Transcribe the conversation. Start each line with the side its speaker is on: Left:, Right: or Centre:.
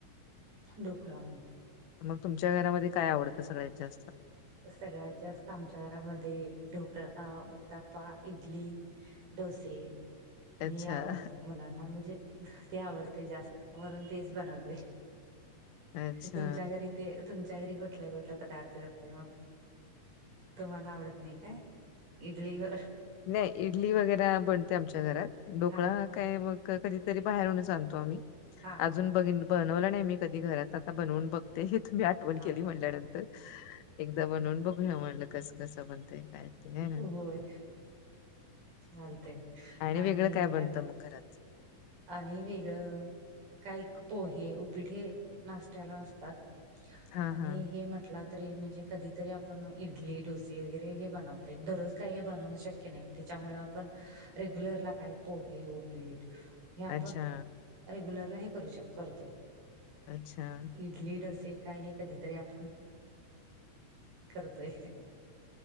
Right: ढोकळा
Left: मग तुमच्या घरामध्ये काय आवडतं सगळ्यात जास्त.
Right: सगळ्यात जास्त आमच्या घरामध्ये ढोकळा, उत्तापा, इडली. डोसे
Left: अच्छा.
Right: हे आवडतं मुलांना म्हणजे ते आवडते जास्त वरून तेच बनवते
Left: अच्छा.
Right: तुमच्या घरी ते तुमच्या घरी कुठले कुठले पदार्थ करताय मग तुम्हाला आवडत नाही काय इडली व
Left: नाही इडली वगैरे बनते आमच्या घरात डोकळा
Right: हा
Left: काय कधीतरी बाहेरूनच आणतो आम्ही
Right: हा
Left: अजून ब बनवला नाही मी कधी घरात आता बनवून बघते हे तुम्ही आठवण
Right: हा
Left: केली म्हणल्यानंतर एकदा बनवून बघूया म्हणलं कस कसं बनतय काय ते, है ना?
Right: होय चालते आणि
Left: वेगळं काय बनतं मग घरात?
Right: आणि वेगळं काही पोहे उपीठे नाशत्याला असतात
Left: हा
Right: आणि
Left: हा.
Right: हे म्हटलं तरी म्हणजे कधीतरी आपण इडली डोसे वगैरे हे बनवतो दररोज काही हे बनवण शक्य नाही त्याच्या मुळे आपण रेग्युलरला काय पोहे ओपीट हे आपण
Left: अच्छा,
Right: रेग्युलरला हे करू शक करतोय
Left: अच्छा
Right: इडली डोसे काय हे कधीतरी आपण करतोय